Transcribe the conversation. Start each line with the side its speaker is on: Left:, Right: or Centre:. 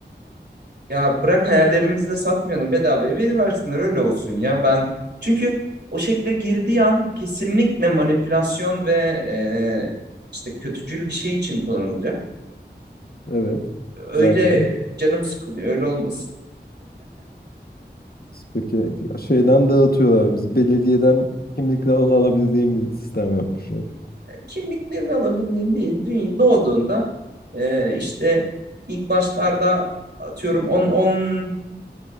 Right: Ya bırak hayallerimizi de satmayalım bedavaya veriversinler öyle olsun ya. Ben çünkü o şekle girdiği an kesinlikle manipülasyon ve e, işte kötücül bir şey için kullanılacak.
Left: Evet.
Right: Öyle
Left: Zaten.
Right: canım sıkılıyor öyle olmasın.
Left: Peki şeyden dağıtıyorlar bizi. Belediyeden kimlikle al- alabildiğim bir sistem yapmışlar.
Right: Kimliklerini alabildiğin değil. Dünya doğduğunda e, işte ilk başlarda atıyorum 10 10